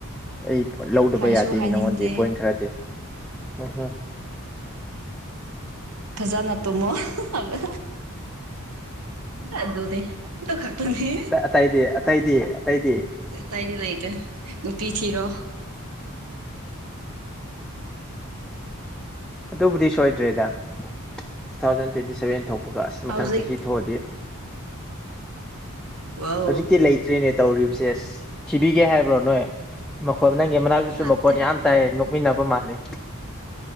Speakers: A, in the centre; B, on the right.
A: ꯑꯩ ꯂꯧꯗꯕ
B: ꯍꯥꯏꯁꯨ
A: ꯌꯥꯗꯦꯅꯤ
B: ꯍꯥꯏꯅꯤꯡꯗꯦ
A: ꯅꯪꯉꯣꯟꯗꯤ ꯄꯣꯏꯟ ꯈꯔꯗꯤ ꯎꯝ ꯎꯝ
B: ꯐꯖꯅꯠꯇꯣꯃ ꯑꯗꯨ ꯑꯗꯨꯗ ꯇꯣ ꯈꯥꯛꯗꯅꯤ
A: ꯑꯇꯩꯗꯤ ꯑꯇꯩꯗꯤ ꯑꯇꯩꯗꯤ
B: ꯇꯥꯏꯅꯤ ꯂꯩꯗ ꯅꯨꯄꯤ ꯊꯤꯔꯣ
A: ꯑꯗꯨꯕꯨꯗꯤ ꯁꯣꯏꯗ꯭ꯔꯦꯗ ꯇꯨ ꯊꯥꯎꯖꯟ ꯇ꯭ꯋꯦꯟꯇꯤ ꯁꯚꯦꯟ ꯊꯣꯛ ꯑꯗꯨꯒ ꯑꯁ
B: ꯍꯧꯖꯤꯛ
A: ꯃꯊꯪ ꯆꯍꯤ ꯊꯣꯛꯑꯗꯤ
B: ꯋꯥꯎ
A: ꯍꯧꯖꯤꯛꯇꯤ ꯂꯩꯇ꯭ꯔꯤꯅꯦ ꯇꯧꯔꯤꯕꯁꯦ ꯑꯁ ꯊꯤꯕꯤꯒꯦ ꯍꯥꯏꯕ꯭ꯔꯣ ꯅꯣꯏ ꯃꯈꯣꯠ ꯅꯪꯒꯤ ꯃꯅꯥꯛꯇꯁꯨ
B: ꯅꯠꯇꯦ
A: ꯃꯈꯣꯠ ꯌꯥꯝ ꯇꯥꯏ ꯅꯣꯛꯃꯤꯟꯅꯕ ꯃꯥꯜꯂꯤꯦ